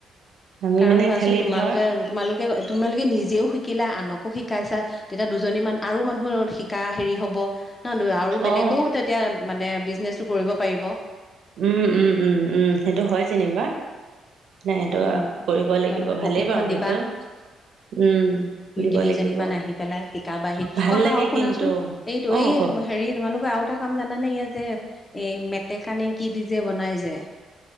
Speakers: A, on the right; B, on the left.
A: আমি
B: কাৰণ
A: মানে
B: ধৰাচোন
A: খালি
B: তোমালোকে-তোমালোকে
A: ধৰ
B: তোমালোকে নিজেও শিকিলা আনক <unintelligible> শিকাইছা তেতিয়া দুজনী মান আৰু মানুহ শিকা হেৰি হ'ব ন' আৰু বেলেগো
A: অ
B: তে তেতিয়া মানে বিজনেচটো কৰিব পাৰিব।
A: উম, উম, উম, উম সেইটো হয় যেনিবা নাই এইটো
B: উম
A: কৰিব
B: তোমালোকে
A: লাগিব,
B: প্ৰশিক্ষণ
A: ভালেই বাৰু
B: দিবা
A: সেইটো। উম
B: দুই,
A: দিব
B: তিনিজনী
A: লাগিব
B: মান আহি পেলাই শিকাবাহি,
A: ভাল
B: অ আকৌ
A: লাগে
B: আৰু শুনাচোন
A: কিন্তু
B: এইটো
A: অ
B: এই
A: কওক
B: তুম হেৰি তোমালোকৰ আৰু এটা কাম জানা নে, ইয়া যে এই মেটেকানে কি দি যে বনাই যে